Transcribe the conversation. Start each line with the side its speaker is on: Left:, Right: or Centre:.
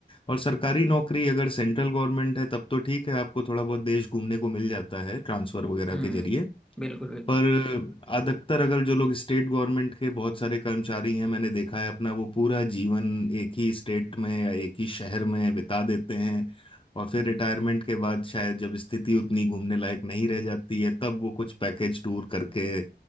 Left: और सरकारी नौकरी अगर सेंट्रल गवर्नमेंट है तब तो ठीक है आपको थोड़ा बहुत देश घूमने को मिल जाता है ट्रांसफर वगैरह
Centre: हम्म
Left: के जरिए
Centre: बिल्कुल बिल्कुल
Left: पर अधिकतर अगर जो लोग स्टेट गवर्नमेंट के बहुत सारे कर्मचारी हैं मैंने देखा है अपना वो पूरा जीवन एक ही स्टेट में या एक ही शहर में बिता देते हैं और फिर रिटायरमेंट के बाद शायद जब स्थिति उतनी घूमने लायक नहीं रह जाती है तब वो कुछ पैकेज टूर करके